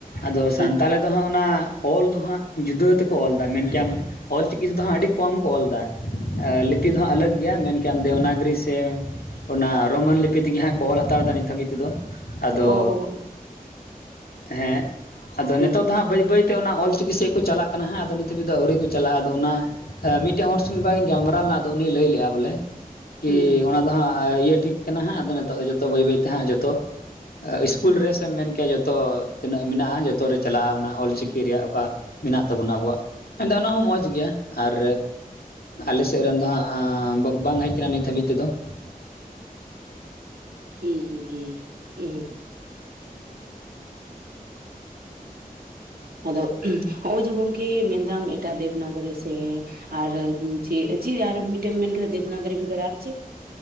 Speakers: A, on the left; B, on the right.
A: ᱟᱫᱚ
B: ᱦᱩᱸ
A: ᱥᱟᱱᱛᱟ ᱫᱚ ᱦᱟᱸᱜ ᱚᱱᱟ ᱚᱞ ᱫᱚ ᱦᱟᱸᱜ ᱡᱩᱫᱟᱹ ᱛᱮᱠᱚ ᱚᱞ ᱫᱟ ᱢᱮᱱ ᱠᱮᱭᱟᱱ ᱚᱞ ᱪᱤᱠᱤ ᱛᱚ ᱫᱚ ᱦᱟᱸᱜ ᱟᱹᱰᱤ ᱠᱚᱢ ᱠᱚ ᱚᱞ ᱮᱫᱟ, ᱞᱤᱯᱤ
B: ᱦᱩᱸ
A: ᱫᱚᱦᱟᱜ ᱟᱞᱟᱜᱽ ᱜᱮᱭᱟ ᱢᱮᱱ ᱠᱮᱭᱟᱢ ᱫᱮᱣᱱᱟᱜᱽᱨᱤ ᱛᱮ ᱚᱱᱟ ᱨᱳᱢᱟᱱ ᱞᱤᱯᱤ ᱛᱮᱜᱮ ᱦᱟᱸᱜ ᱠᱚ ᱚᱞ ᱦᱟᱛᱟᱲ ᱮᱫᱟ ᱱᱤᱛ ᱦᱟᱹᱵᱤᱡ ᱛᱮᱫᱚ ᱾ ᱟᱫᱚ,
B: ᱚ ᱚ
A: ᱦᱮᱸ ᱟᱫᱚ
B: ᱦᱩᱸ
A: ᱱᱤᱛᱚᱜ ᱟᱫᱚ ᱦᱟᱸᱜ ᱵᱟᱹᱭ ᱵᱟᱹᱭᱛᱮ ᱚᱱᱟ ᱚᱞ ᱪᱤᱠᱤ ᱥᱮᱫ ᱠᱚ ᱪᱟᱞᱟᱜ ᱠᱟᱱᱟ ᱦᱟᱸᱜ, ᱟᱫᱚ ᱱᱤᱛ ᱦᱟᱹᱵᱤᱡ ᱫᱚ ᱱᱟᱜ ᱟᱹᱣᱨᱤ ᱠᱚ ᱪᱟᱞᱟᱜ-ᱟ ᱾ ᱟᱫᱚ ᱚᱱᱟ ᱦᱮᱸ ᱢᱤᱫᱴᱟᱝ ᱦᱚᱲ ᱥᱚᱜᱮᱸᱤᱧ ᱜᱟᱞᱢᱟᱨᱟᱣ ᱞᱮᱱᱟ ᱟᱫᱚ ᱩᱱᱤᱭ ᱞᱟᱹᱭ ᱞᱮᱜ-ᱟ ᱵᱚᱞᱮ ᱾ ᱠᱤ
B: ᱦᱩᱸ ᱦᱩᱸ
A: ᱚᱱᱟ ᱫᱚ ᱦᱟᱸᱜ ᱤᱭᱟᱹ ᱴᱷᱤᱠ ᱠᱟᱱᱟ ᱦᱟᱸᱜ ᱟᱫᱚ ᱱᱤᱛᱚᱜ ᱫᱚ ᱡᱚᱛᱚ ᱵᱟᱹᱭ ᱵᱟᱹᱭ ᱛᱮ ᱦᱟᱸᱜ ᱡᱚᱛᱚ ᱤᱥᱠᱩᱞ ᱨᱮ ᱥᱮᱢ ᱢᱮᱱ ᱠᱮᱭᱟ ᱡᱚᱛᱚ ᱛᱤᱱᱟᱹᱜ ᱢᱮᱱᱟᱜ-ᱟ ᱡᱚᱛᱚ ᱨᱮ ᱪᱟᱞᱟᱜ-ᱟ ᱚᱱᱟ ᱚᱞ ᱪᱤᱠᱤ ᱨᱮᱭᱟᱜ ᱚᱠᱟ ᱢᱮᱱᱟᱜ ᱛᱟᱵᱚᱱᱟ ᱟᱵᱚᱣᱟᱜ ᱢᱮᱱᱫᱚ ᱚᱱᱟ ᱦᱚᱸ ᱢᱚᱡᱽ ᱜᱮᱭᱟ ᱟᱨ ᱟᱞᱮ ᱥᱮᱫ ᱨᱮᱱ ᱫᱚ ᱦᱟᱸᱜ ᱟᱸᱻ <unintelligible> ᱵᱟᱝ ᱦᱮᱡ ᱟᱠᱟᱱᱟ ᱱᱤᱛ ᱦᱟᱹᱵᱤᱡ ᱛᱮᱫᱚ ᱾
B: ᱦᱩᱸ ᱦᱩᱸ ᱦᱩᱸ <unintelligible> ᱟᱫᱚ ᱦᱚᱜ ᱱᱚᱜ-ᱚᱭ ᱡᱮ ᱜᱚᱝᱠᱮ ᱢᱮᱱ ᱫᱟᱢ ᱮᱴᱟᱜ ᱫᱮᱵᱽᱱᱟᱜᱨᱤ ᱥᱮ ᱟᱨ ᱪᱮᱫ ᱪᱮᱫ ᱟᱨ ᱢᱤᱫᱴᱮᱱ ᱮᱢ ᱢᱮᱱ ᱠᱮᱫᱟ ᱫᱮᱵᱽᱱᱟᱜᱨᱤ ᱵᱮᱜᱚᱨ ᱟᱨ ᱪᱮᱫ?